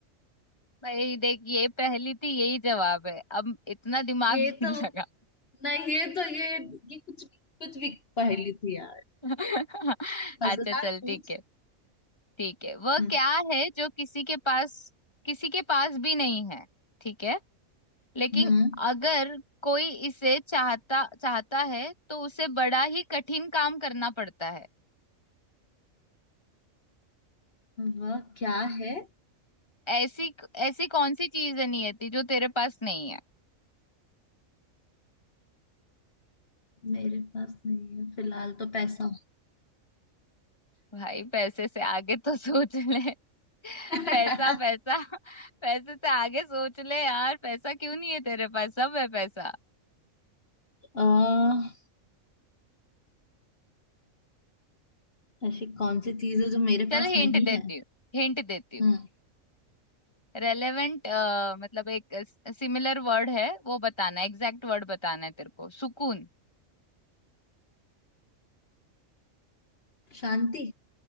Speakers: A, on the left; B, on the left.
A: भाई देख ये पहली थी यही जवाब है अब इतना दिमाग
B: ये
A: नहीं
B: तो
A: लगा
B: नहीं ये तो ये ये कुछ भी कुछ भी पहेली थी यार
A: <laughs> अच्छा
B: मजेदार
A: चल
B: पूछ
A: ठीक है ठीक है वह
B: हम्म
A: क्या है जो किसी के पास किसी के पास भी नहीं है ठीक है लेकिन
B: हम्म,
A: अगर कोई इसे चाहता चाहता है तो उसे बड़ा ही कठिन काम करना पड़ता है
B: वह क्या है
A: ऐसी ऐसी कौन सी चीज है नियति जो तेरे पास नहीं है
B: मेरे पास नहीं है फिलहाल तो पैसा
A: भाई पैसे से आगे तो सोच ले <laughs>
B: <laughs>
A: पैसा पैसा पैसे से आगे सोच ले यार पैसा क्यों नहीं है तेरे पास सब है पैसा
B: अह ऐसी कौन सी चीज है जो मेरे
A: चल
B: पास
A: हिंट
B: नहीं
A: देती
B: है
A: हूँ हिंट देती हूँ
B: हम्म
A: रेलेवेंट मतलब एक सिमिलर वर्ड है वो बताना एग्जैक्ट वर्ड बताना है तेरे को सुकून
B: शांति